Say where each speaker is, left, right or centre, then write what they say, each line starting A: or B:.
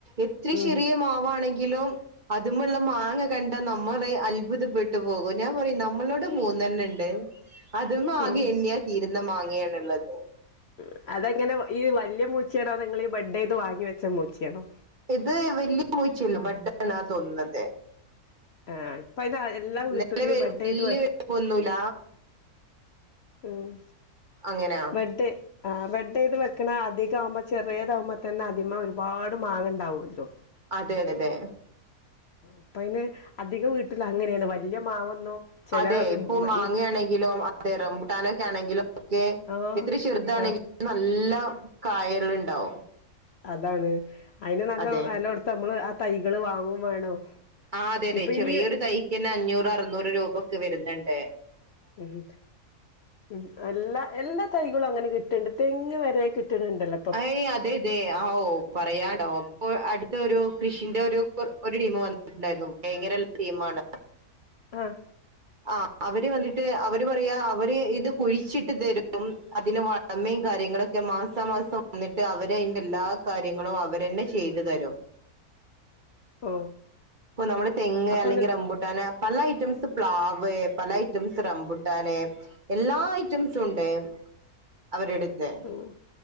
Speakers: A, on the right; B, on the left.
A: എത്ര
B: ഉം
A: ചെറിയ മാവാണെങ്കിലും അത് മ്മെള്ള മാങ്ങ ക ണ്ട നമ്മളെ <unintelligible> അത്ഭുതപ്പെട്ട് പോകും ഞാൻ പറയും നമ്മളോടെ മൂന്നെണ്ണം ഇണ്ട് അത്മ്മെ ആകെ
B: ഉം
A: എണ്ണിയാ തീര്ന്ന മാങ്ങയാണ് ഇള്ളത്
B: ഉം അതെങ്ങനെ ഈ വല്ല്യെ മൂച്ചിയാണോ നിങ്ങളീ ഈ ബെഡ്ഡ് ചെയ്ത് വാങ്ങിവെച്ച മൂച്ചിയാണോ
A: ഇത് വെല്ല്യെ മൂച്ചിയല്ല ബെഡ്ഡ് ആണ്ന്നാ തോന്ന്ന്നത്
B: ആഹ് ഇപ്പ അയിന് എല്ലാ വീട്ടിലും
A: ന്നാല് വെല്യെ
B: ഈ ബെഡെയ്ത്
A: വലിപ്പൊന്നുല്ല
B: ഉം
A: അങ്ങനാ
B: ബെഡ്ഡ് ആഹ് ബെഡ് ചെയ്ത് വെക്ക്ണ അധികം ആവുമ്പൊ ചെറ്യേതാവുമ്മെ തന്നെ അതിമ്മെ ഒരുപാട് മാങ്ങ ഇണ്ടാവല്ലോ
A: അതെ അതെ
B: ഇപ്പയ്ന് അധിക വീട്ട്ലും അങ്ങനേണ് വല്യ മാവൊന്നും ചില
A: അതെ ഇപ്പൊ മാങ്ങയാണെങ്കിലും
B: ഈ
A: അതെ റംബുട്ടാനൊക്കെ ആണെങ്കിലും ഒക്കെ
B: ആഹ്
A: എത്ര ചെറുതാണെങ്കിലും
B: ആഹ്
A: നല്ലം കായേള് ഇണ്ടാവും
B: അതാണ് അയ്ന് നല്ലം
A: അതെ
B: വെലകൊട്ത്ത് അമ്മള് ആ തൈകള് വാങ്ങും വേണം
A: ആഹ് അതെ അതെ
B: ഇപ്പൊ
A: ചെറിയൊരു
B: ഇനി
A: തൈക്കെന്നെ അഞ്ഞൂറ് അറുന്നൂറ് രൂപ ഒക്കെ വെര്ന്ന്ണ്ട്
B: ഉം ഉം. എല്ലാ എല്ലാ തൈകളും അങ്ങനെ കിട്ട്ണ്ട്. തെങ്ങ് വരേ കിട്ട്ണ് ഇണ്ടല്ലോ.
A: അയ് അതെ അതെ ആഹ് ഓഹ് പറയാണ്ടോ അപ്പൊ അടുത്തരു കൃഷിന്റെ ഒരു ഒരു ടീം വന്നിട്ടുണ്ടായിരുന്നു. വേക്കരല്ലെ ടീമാണ്.
B: ആഹ്.
A: ആഹ്. അവര് വന്നിട്ട് അവര് പറയാ. അവര് ഇത് കുഴിച്ചിട്ട് തരും അതിന് അമ്മയും കാര്യങ്ങളൊക്കെ മാസ മാസം വന്നിട്ട് അവരയ്ന്റെ എല്ലാ കാര്യങ്ങളും അവരന്നെ ചെയ്തു തെരും.
B: ഓ
A: ഇപ്പൊ നമ്മള് തെങ്ങ്,
B: അപ്പൊ
A: അല്ലെങ്കിൽ
B: എന്നി
A: റബുട്ടാന്, പല ഐറ്റംസ് -- പ്ലാവ്, പല ഐറ്റംസ് റംബുട്ടാന്, എല്ലാ ഐറ്റംസും ഉണ്ട് അവരുടുത്ത്.
B: ഉം'